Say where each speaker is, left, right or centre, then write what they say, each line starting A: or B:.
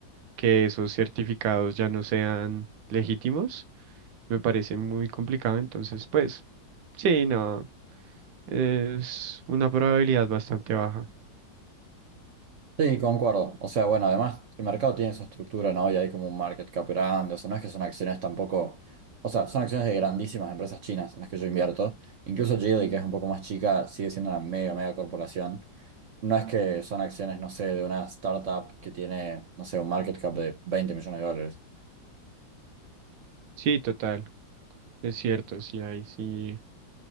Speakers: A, on the right (about 80°); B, on the right (about 60°).
A: que esos certificados ya no sean legítimos. Me parece muy complicado, entonces, pues, sí, no, es una probabilidad bastante baja.
B: Sí, concuerdo. O sea, bueno, además el mercado tiene su estructura, ¿no? Y hay como un market cap grande. O sea, no es que son acciones tampoco. O sea, son acciones de grandísimas empresas chinas en las que yo invierto. Incluso Geely, que es un poco más chica, sigue siendo una mega, mega corporación. No es que son acciones, no sé, de una startup que tiene, no sé, un market cap de veinte millones de dólares.
A: Sí, total, es cierto, sí, ahí sí.